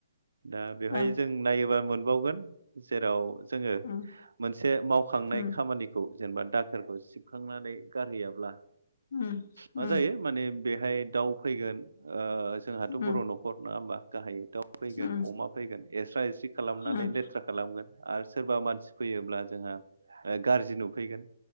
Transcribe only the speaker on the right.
दा बेवहाय
जों नायोबा मोनबावगोन जेराव जोङो
मोनसे मावखांनाय
खामानि खौ जेनेबा दाखोरखौ सिबखांनानै गारहैयाब्ला
मा
जायो माने बेहाय दाउ फैगोन। ओ जोंहाथ'
बर' न'खर नङा होमबा गाहायै दाउ फैगोन
अमा फैगोन एस्रा एस्रि खालामनानै
लेथ्रा खालामगोन आरो सोरबा मानसि फैयोब्ला जोंहा ओ गाज्रि नुफैगोन।